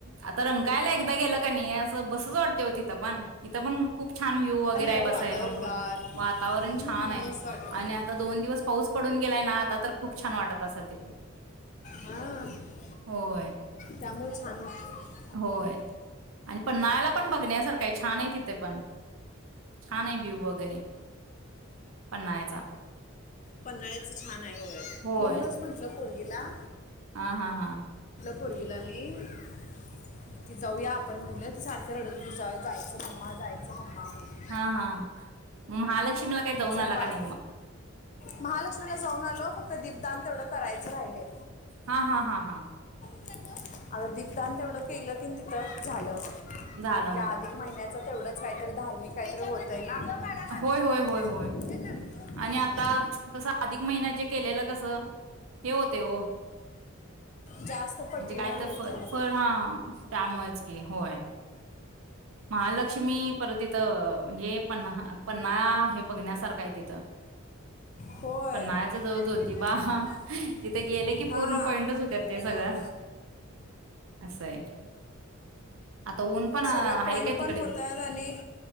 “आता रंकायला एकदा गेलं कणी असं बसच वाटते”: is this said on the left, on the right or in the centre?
Right